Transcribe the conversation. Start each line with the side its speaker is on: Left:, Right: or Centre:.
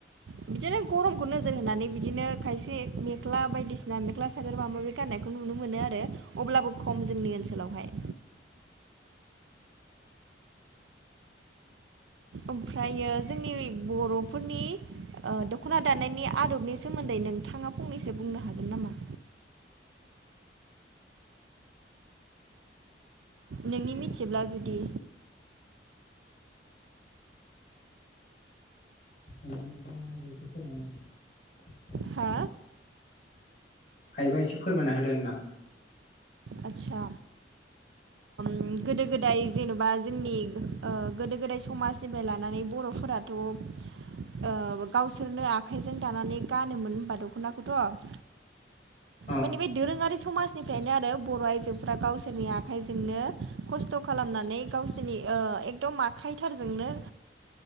Right: बिदिनो गरमखौ नोजोर होनानै बिदिनो खायसे मेख्ला बायदिसिना मेख्ला सादोर माबा माबि गाननाय खौ नुनो मोनो आरो अब्लाबो खम जोंनि ओनसोलावहाय ओमफ्रायो जोंनि बर'फोरनि ओ दख'ना दानायनि आदबनि सोमोन्दै नोंथां थाङा फंनैसो बुंनो हागोन नामा नोंनि मिथिब्ला जुदि
Left: <unintelligible>
Right: हा
Left: हायोबा एसे फोरमायना होदो होनदां
Right: आदसा गोदो गोदाय जेन'बा जोंनि ओ गोदो गोदाय समाजनिफ्राय लानानै बर'फोराथ' ओ गावसोरनो आखाइजों दानानै गानोमोन होमबा दख'नाखौथ'
Left: औ
Right: माने बे दोरोङारि समाजनिफ्रायनो आरो बर' आइजोफ्रा गावसोरनि आखाइजोंनो खस्थ' खालामनानै गावसोरनि ओ एकदम आखाइथारजोंनो